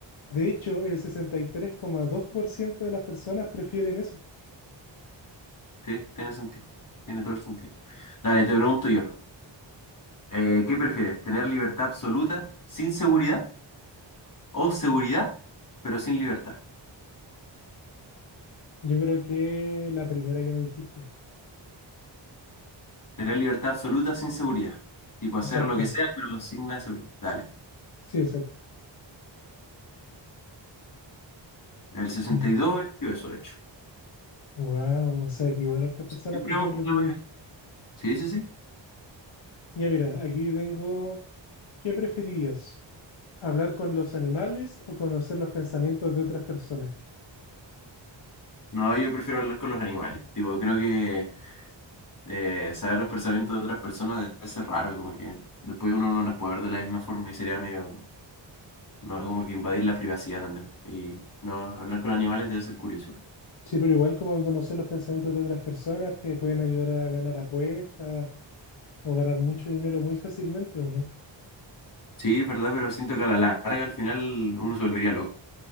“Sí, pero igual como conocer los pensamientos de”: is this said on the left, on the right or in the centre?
Left